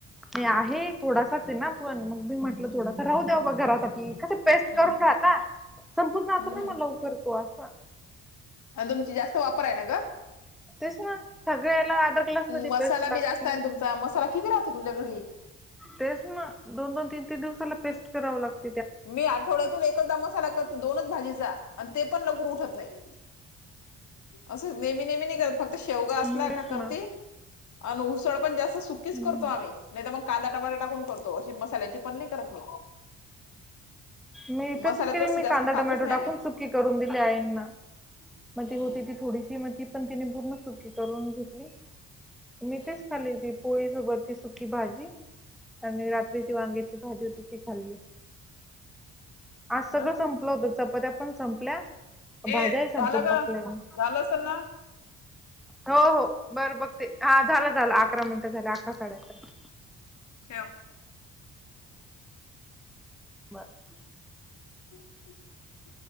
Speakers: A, in the centre; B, on the left.
A: हे आहे थोडासाच आहे ना पण मग मी म्हटलं, थोडासा राहू द्या बा घरासाठी कसं पेस्ट
B: हम्म
A: करून
B: हम्म
A: घाता संपुन जातो
B: हम्म
A: ना मग लवकरतो आसं
B: आणि तुमची जास्त वापर आहे ना ग?
A: तेच ना सगळ्याला अद्रक लसणाची
B: मसाला
A: पेस्ट लागती
B: बी जास्त आहे तुमचा. मसाला किती राहतो तुमच्याकडे
A: तेच ना, दोन-दोन-तीन-तीन दिवसाला पेस्ट करावं लागतं
B: मी आठवड्यातून एकदा मसाला करते, दोनच भाजीचा आणि ते पण लवकर उठत नाही. असं नेहमी, नेहमी नाही करत फक्त शेवगा असला
A: हम्म तेच
B: का करती
A: ना
B: आन उसळ पण जास्त सुकीच
A: हम्म
B: करतो आम्ही नाही तर मग कांदा, टमाटा टाकून करतो अशी मसाल्याची पण नाही करत मी.
A: मी तसेच
B: मसाल्याच
A: केले मी
B: जास्त
A: कांदा,
B: खातच
A: टमॅटो
B: नाही
A: टाकून
B: आम्ही
A: सुकी करून दिले आईनां म
B: हम्म
A: ती होती ती थोडीशी म ती पण तिनी पूर्ण सू करून घेतली्ी
B: हम्म
A: तेच खाली
B: हम्म
A: ती पोळी सोबत ती सुकी भाजी आणि रात्रीची वांग्याची
B: हम्म
A: भाजी होती ती खाल्ली आज सगळं
B: ना
A: संपल होत चपात्या पण संपल्या
B: हे
A: भाज्याही संपून
B: झालं
A: टाकल्या
B: ग
A: मी
B: झालं असल ना
A: हो हो बरं बघ ते हा झालं झालं
B: हा
A: अकरा मिनिटं झाले अकरा साडे अकरा
B: होव
A: म
B: ह